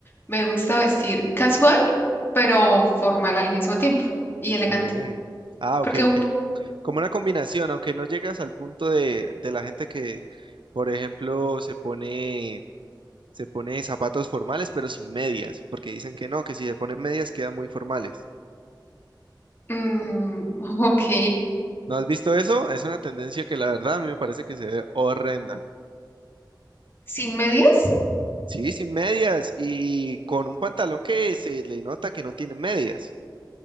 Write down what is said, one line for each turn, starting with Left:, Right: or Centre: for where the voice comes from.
Left: me gusta vestir casual, pero formal al mismo tiempo y
Right: Ok.
Left: elegante.
Right: Ah,
Left: Porque
Right: ok,
Left: un,
Right: ok. Como una combinación, aunque no llegas al punto de, de la gente que, por ejemplo, se pone, se pone zapatos formales, pero sin medias, porque dicen que no, que si se ponen medias quedan muy formales.
Left: mm, <laughs> ok,
Right: ¿No has visto eso? Es una tendencia que la verdad a mí me parece que se ve horrenda.
Left: sin medias,
Right: Sí, sin medias y con un pantalón que se le nota que no tiene medias.